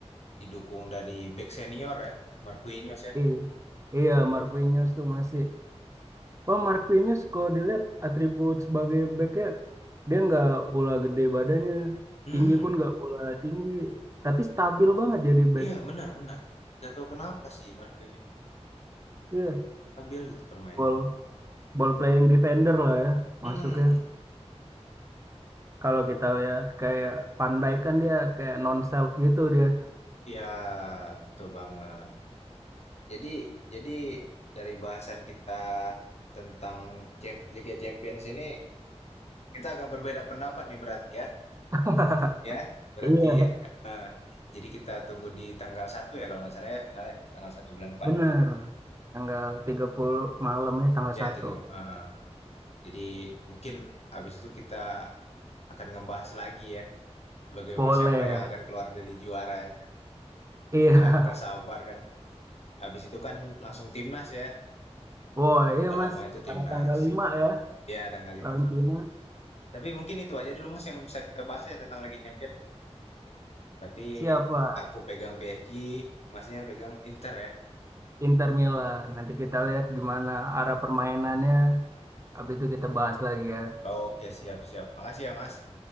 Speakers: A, on the left (about 70°); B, on the right (about 25°).
A: didukung dari back senior ya, Marquinhos ya.
B: Iya, iya Marquinhos tuh masih. Oh, Marquinhos kalau dilihat atribut sebagai backnya, dia nggak pula gede badannya,
A: Mm-mm.
B: tinggi pun nggak pula tinggi, tapi stabil banget jadi back.
A: Iya, benar benar. Gak tahu kenapa sih Marquinhos.
B: Iya,
A: Ini Stabil gitu permainannya.
B: ball, ball playing defender lah ya
A: Hmm.
B: masuknya. Kalau kita lihat kayak Van Dijk kan dia kayak non self gitu dia.
A: Ya, betul banget. Jadi jadi dari bahasan kita tentang Cam- Liga Champions ini kita agak berbeda pendapat nih berarti ya.
B: <laughs>
A: Ya, berarti
B: Iya,
A: eh, jadi kita tunggu di tanggal satu ya kalau nggak salah ya finalnya tanggal satu bulan depan.
B: bener. Tanggal tiga puluh malamnya tanggal
A: Ya,
B: satu
A: tiga. eh, jadi mungkin habis itu kita akan ngebahas lagi ya bagaimana
B: Boleh.
A: siapa yang akan keluar dari juaranya.
B: Iya,
A: Nggak nggak sabar kan. Habis itu kan langsung timnas ya.
B: boy. Iya,
A: Gak lama
B: Mas.
A: itu timnas.
B: Tanggal tanggal 5 ya
A: Ya, tanggal lima.
B: lawan
A: timnas.
B: Cina.
A: Tapi mungkin itu aja dulu Mas yang bisa kita bahas ya tentang Liga Champion. Berarti
B: Siapa?
A: aku pegang PSG, Masnya pegang Inter ya.
B: Inter Milan. Nanti kita lihat gimana arah permainannya. Habis itu kita bahas lagi ya.
A: Oke, siap-siap. Makasih ya Mas.